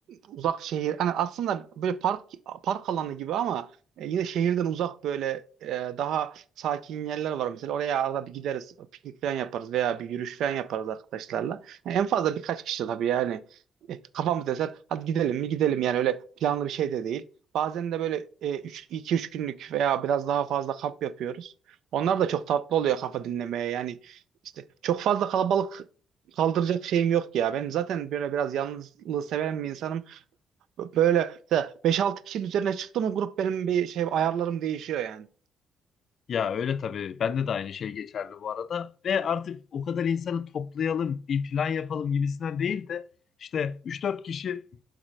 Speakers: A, on the right; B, on the left.
A: uzak şehir hani aslında böyle park park alanı gibi ama e, yine şehirden uzak böyle e, daha sakin yerler var mesela. Oraya arada bir gideriz. Piknik falan yaparız veya bir yürüyüş falan yaparız arkadaşlarla. Yani en fazla birkaç kişi tabii yani. E, kafamız eser. Hadi gidelim mi gidelim yani öyle planlı bir şey de değil. Bazen de böyle iki üç günlük veya biraz daha fazla kamp yapıyoruz. Onlar da çok tatlı oluyor kafa dinlemeye. Yani işte çok fazla kalabalık kaldıracak şeyim yok ya. Ben zaten böyle biraz yalnızlığı seven bir insanım. Böyle mesela 5-6 kişinin üzerine çıktı mı grup benim bir şey ayarlarım değişiyor yani.
B: Ya öyle tabii. Bende de aynı şey geçerli bu arada. Ve artık o kadar insanı toplayalım, bir plan yapalım gibisinden değil de işte üç dört kişi